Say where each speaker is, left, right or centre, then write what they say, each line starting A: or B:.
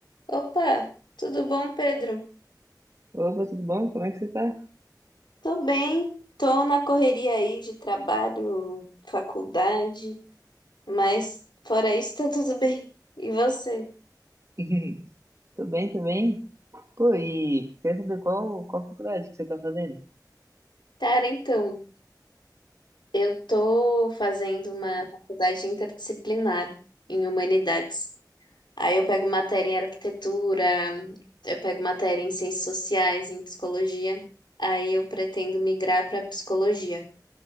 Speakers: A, on the left; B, on the right.
A: Opa, tudo bom, Pedro?
B: Opa, tudo bom? Como é que você tá?
A: Tô bem, tô na correria aí de trabalho, faculdade, mas fora isso tá tudo bem. E você?
B: <laughs> Tô bem também. Pô, e quer saber qual, qual faculdade que você tá fazendo?
A: Cara, então, eu tô fazendo uma faculdade interdisciplinar em humanidades. Aí eu pego matéria em arquitetura, eu pego matéria em ciências sociais, em psicologia. Aí eu pretendo migrar para psicologia.